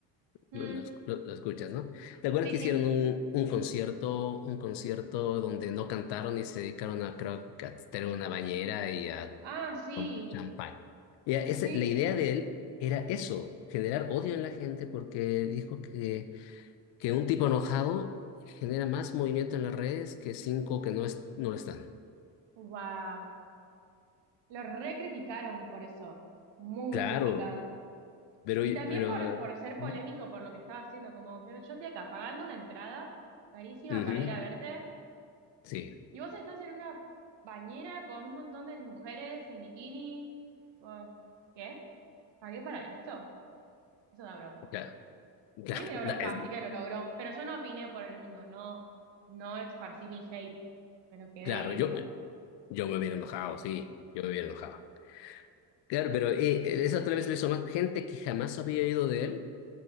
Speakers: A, on the right; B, on the left.
A: Mm,
B: lo, lo esc- lo- lo escuchas, ¿no? ¿Te acuerdas
A: Sí,
B: que
A: sí.
B: hicieron un, un concierto, un concierto donde no cantaron y se dedicaron a, creo, que a estar una bañera y a
A: Ah, sí.
B: tomar champán? Y a ese-
A: Sí,
B: la
A: sí.
B: idea de él era eso, generar odio en la gente porque dijo que, que un tipo enojado genera más movimiento en las redes que cinco que no, es, no lo están.
A: Wow. Lo recriticaron por eso. Muy
B: Claro,
A: criticado.
B: pero...
A: Y también
B: pero
A: por, por ser
B: ¿Mm?
A: polémico por lo que estaba haciendo. Como que yo estoy acá pagando una entrada carísima
B: Ujú.
A: para ir a verte.
B: Sí,
A: Y vos estás en una bañera con un montón de mujeres en bikini. Oh, ¿Qué? ¿Pagué para esto? Eso da bronca.
B: claro, claro,
A: A mí me dio bronca,
B: da- <laughs> es-
A: así que lo logró. Pero yo no opiné por el mundo, no, no esparcí mi hate. Me lo quedé
B: claro,
A: y listo.
B: yo, yo me hubiera enojado, sí, yo me hubiera enojado. Claro, pero eh, esa otra vez lo hizo más gente que jamás había ido de él,